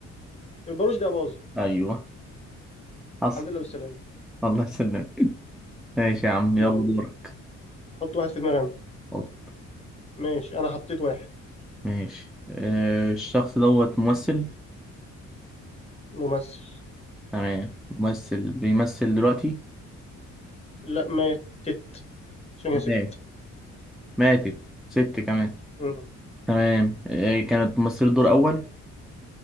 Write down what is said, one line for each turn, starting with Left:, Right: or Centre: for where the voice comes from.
Left: الباروش ده باظ
Centre: ايوه حصل
Left: الحمد لله بالسلامه
Centre: الله يسلمك <laughs> ماشي يا عم
Left: يلا
Centre: يلا دورك
Left: حط واحد في دماغي أنا.
Centre: اتفضل.
Left: ماشي انا حطيت واحد
Centre: ماشي آه الشخص دوت ممثل
Left: ممثل
Centre: تمام ممثل بيمثل دلوقتي
Left: لا ماتت عشان
Centre: مات
Left: هي ست
Centre: ماتت ست كمان
Left: مم.
Centre: تمام آه كانت ممثلة دور أول